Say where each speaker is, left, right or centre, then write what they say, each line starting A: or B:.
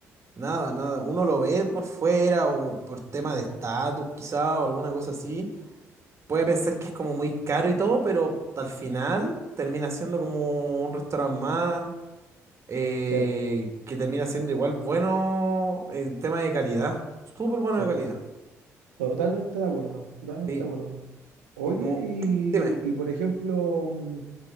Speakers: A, on the right; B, on the right.
A: Nada, nada. Uno lo ve por fuera o por tema de estatus, quizá, o alguna cosa así. Puede pensar que es como muy caro y todo, pero al final termina siendo como un restaurante más eh,
B: Sepo,
A: que termina siendo igual bueno en tema de calidad. Súper bueno
B: sepo.
A: de calidad.
B: Totalmente de acuerdo, totalmente
A: Sí.
B: de acuerdo. Oye,
A: Y como,
B: y,
A: dime,
B: y por ejemplo, mm,